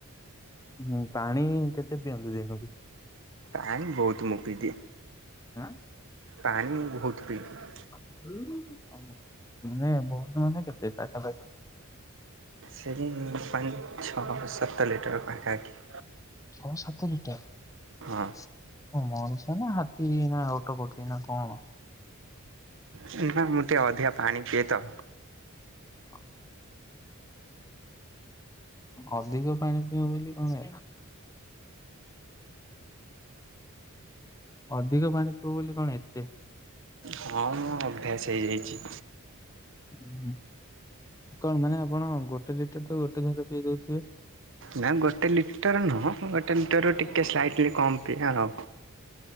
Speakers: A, on the left; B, on the right.
A: ହୁଁ ପାଣି କେତେ ପିଅନ୍ତି ଦିନୁକୁ?
B: ପାଣି ବହୁତ ମୁଁ ପିଦିଏ।
A: ଆଁ।
B: ପାଣି ବହୁତ ପିଇଲି
A: <unintelligible> ମାନେ ବହୁତ ମାନେ କେତେ ପାଖାପାଖି।
B: ସେଇ <unintelligible> ଛଅ ସତର ଲିଟର ପାଖାପାଖି।
A: ଛଅ ସାତ ଲିଟର।
B: ହଁ।
A: ମଣିଷ ନା ହାତୀ ନା ଓଟପକ୍ଷୀ ନା କଣ?
B: ସେଇ ପାଇଁ ମୁଁ ଟିକେ ଅଧିକା ପାଣି ପିଏ ତ।
A: ହଁ, ଅଧିକ ପାଣି ପିଇ ବୋଲି କଣ ଅଧିକ ପାଣି ପିଅ ବୋଲି କଣ ଏତେ?
B: ହଁ ମୁଁ, ଅଭ୍ୟାସ ହେଇଯାଇଚି।
A: ହଁ କଣ ମାନେ ଆପଣ ଗୋଟେ ଲିଟର ତ ଗୋଟେ ଦିନରେ ତ ପିଇ ଦଉଥିବେ?
B: ନା ଗୋଟେ ଲିଟର ନୁହଁ, ଗୋଟେ ଲିଟର ରୁ ଟିକେ ସ୍ଲାଇଟଲି କମ ପିଏ ଆଉ।